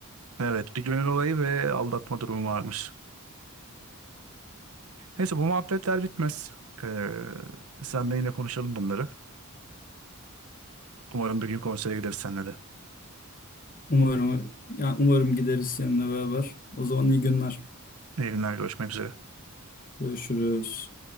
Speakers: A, on the right (about 80°); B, on the left (about 40°).
A: Evet bir gönül olayı ve aldatma durumu varmış. Neyse bu muhabbetler bitmez. Ee, senle yine konuşalım bunları. Umarım bir gün konsere gideriz seninle de.
B: Umarım yani umarım gideriz seninle beraber. O zaman iyi günler.
A: İyi günler görüşmek üzere.
B: Görüşürüz.